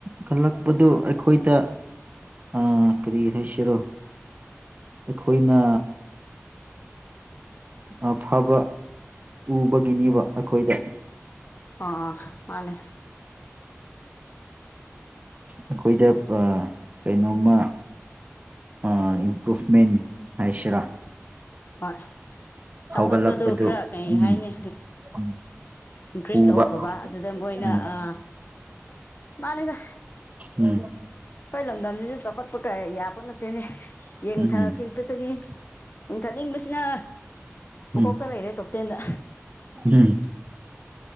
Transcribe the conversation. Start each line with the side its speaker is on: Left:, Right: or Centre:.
Right: ꯀꯜꯂꯛ ꯄꯗꯨ ꯑꯩꯈꯣꯏꯗ ꯎꯝ ꯀꯔꯤ ꯍꯥꯏꯁꯤꯔꯥ ꯑꯩꯈꯣꯏꯅ ꯑꯐꯕ ꯎꯕꯒꯤꯅꯤꯕ ꯑꯩꯈꯣꯏꯗ
Left: ꯑ ꯃꯥꯅꯦ꯫
Right: ꯑꯩꯈꯣꯏꯗ ꯑ ꯀꯩꯅꯣꯝꯃ ꯑ ꯏꯝꯐ꯭ꯔꯣꯁꯃꯦꯟ ꯍꯥꯏꯁꯤꯔꯥ
Left: ꯍꯣꯏ ꯆꯥꯎꯈꯠꯄꯗꯨ
Right: ꯍꯧꯒꯠꯂꯛꯄꯗꯨ
Left: ꯈꯔ ꯀꯩ
Right: ꯎꯝ
Left: ꯍꯥꯏꯅꯤ
Right: ꯎꯝ
Left: ꯏꯟꯀ꯭ꯔꯤꯖ
Right: ꯎꯕ
Left: ꯎꯝ ꯇꯧꯈ꯭ꯔꯕ ꯑꯗꯨꯗ ꯃꯣꯏꯅ
Right: ꯎꯝ
Left: ꯑ ꯃꯥꯅꯤꯗ
Right: ꯎꯝ
Left: ꯀꯩ ꯂꯝ <unintelligible> ꯆꯥꯎꯈꯠꯄ ꯀꯌꯥ ꯌꯥꯕ ꯅꯠꯇꯦꯅꯦ ꯌꯦꯡꯊꯈꯤꯕꯗꯒꯤ
Right: ꯎꯝ
Left: ꯌꯦꯡꯊꯅꯤꯡꯕꯁꯤꯅ ꯃꯀꯣꯛꯇ
Right: ꯎꯝ
Left: ꯂꯩꯔꯦ ꯇꯣꯞꯇꯦꯟꯗ꯫
Right: ꯎꯝ